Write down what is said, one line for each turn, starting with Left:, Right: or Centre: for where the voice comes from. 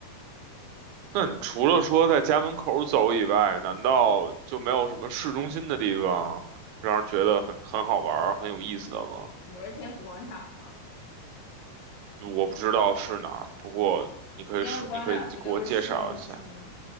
Right: 那你除了说在家门口走以外，难道就没有什么市中心的地方让人觉得很很好玩儿很有意思的吗？
Left: 你不是天府广场吗？
Right: 我不知道是哪儿，不过你可以说，
Left: 天府广场不就是市中心吗？
Right: 你可以给我介绍一下。